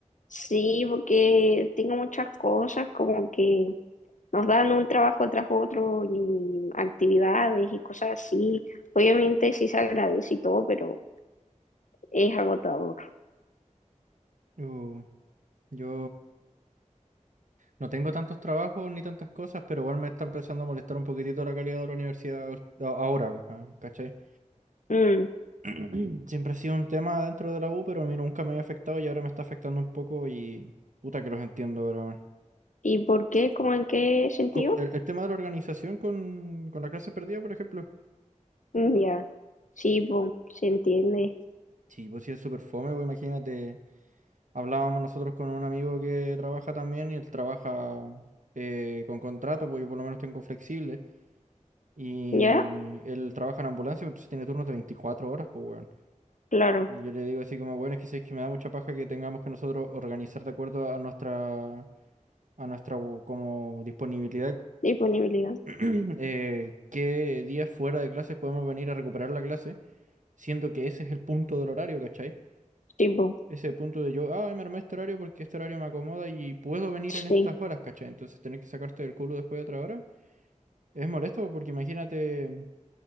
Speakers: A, on the left (about 80°); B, on the right (about 80°).
A: sí, porque tengo muchas cosas como que nos dan un trabajo tras otro y actividades y cosas así. Obviamente sí se agradece y todo, pero es agotador.
B: Yo, yo no tengo tantos trabajos ni tantas cosas, pero igual me está empezando a molestar un poquitito la calidad de la universidad ul- a- ahora, ah, ¿cachai?
A: Mm,
B: <clears throat> Siempre ha sido un tema dentro de la U, pero a mí nunca me había afectado y ahora me está afectando un poco y puta que los entiendo, ahora. weón.
A: ¿Y por qué? ¿Cómo en qué sentido?
B: Co- El, el tema de la organización con, con la clase perdida, por ejemplo.
A: Mm, Ya, sí, po, se entiende.
B: Sí, pues sí es súper fome, pues imagínate, hablábamos nosotros con un amigo que trabaja también y él trabaja eh, con contrato, pues yo por lo menos tengo flexible y
A: ¿Ya?
B: él trabaja en ambulancia, entonces tiene turnos de 24 horas, pues weón.
A: Claro,
B: Y yo le digo así como, bueno, es que sabes que me da mucha paja que tengamos que nosotros organizar de acuerdo a nuestra, a nuestra u- como disponibilidad,
A: disponibilidad.
B: eh, <clears throat> eh, qué días fuera de clases podemos venir a recuperar la clase, siendo que ese es el punto del horario, ¿cachai?
A: Sí, po,
B: ese punto de yo, ah me armé este horario porque este horario me acomoda y puedo venir
A: sí,
B: en estas horas, ¿cachai? Entonces tener que sacarte del culo después de otra hora es molesto porque imagínate,